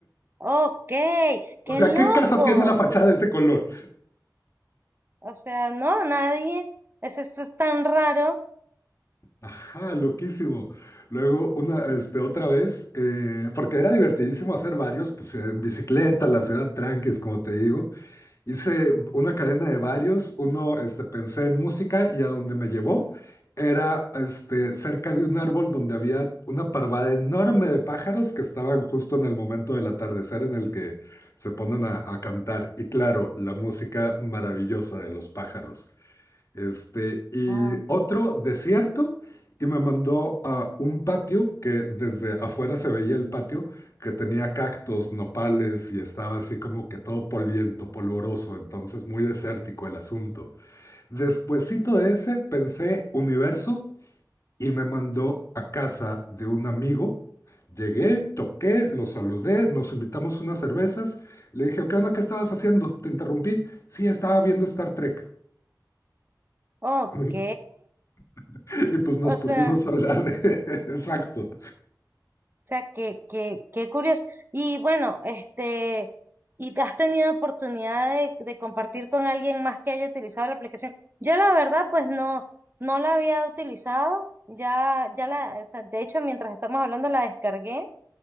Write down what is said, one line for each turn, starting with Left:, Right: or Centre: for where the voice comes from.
Right: Ok, qué
Left: O sea,
Right: loco.
Left: ¿qué casa tiene la fachada de ese color?
Right: O sea, no, nadie. Eso, eso es tan raro.
Left: Ajá, loquísimo. Luego, una, este, otra vez, eh, porque era divertidísimo hacer varios, pues en bicicleta, la ciudad tranquis, como te digo. Hice una cadena de varios, uno este, pensé en música y a donde me llevó era este, cerca de un árbol donde había una parvada enorme de pájaros que estaban justo en el momento del atardecer en el que se ponen a, a cantar. Y claro, la música maravillosa de los pájaros. Este, y
Right: Ah,
Left: otro desierto, y me mandó a un patio que desde afuera se veía el patio, que tenía cactus, nopales y estaba así como que todo polviento, polvoroso, entonces muy desértico el asunto. Despuésito de ese pensé universo y me mandó a casa de un amigo. Llegué, toqué, lo saludé, nos invitamos unas cervezas. Le dije, ¿qué onda? ¿Qué estabas haciendo? Te interrumpí. Sí, estaba viendo Star Trek.
Right: ok.
Left: <laughs> <laughs> Y pues nos
Right: O
Left: pusimos
Right: sea, o
Left: a hablar de... <laughs> Exacto.
Right: sea, que que qué curioso. Y bueno, este, ¿y te has tenido oportunidad de, de compartir con alguien más que haya utilizado la aplicación? Yo la verdad, pues no, no la había utilizado. Ya, ya la, o sea, de hecho, mientras estamos hablando la descargué